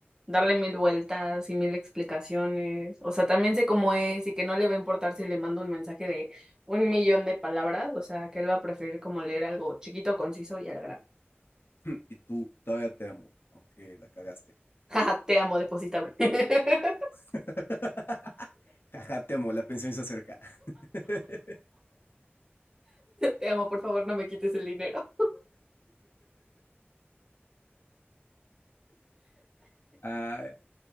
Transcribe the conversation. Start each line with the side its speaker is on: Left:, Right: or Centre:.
Right: darle mil vueltas y mil explicaciones. O sea, también sé cómo es y que no le va a importar si le mando un mensaje de un millón de palabras. O sea, que él va a preferir como leer algo chiquito, conciso y al grano.
Left: <clears throat> Y tú todavía te amo, aunque la cagaste. Bye.
Right: <laughs> Jaja, te amo, deposítame. <laughs>
Left: <laughs> Jaja, te amo, la pensión se acerca. <laughs>
Right: Te amo, por favor, no me quites el dinero.
Left: Ay.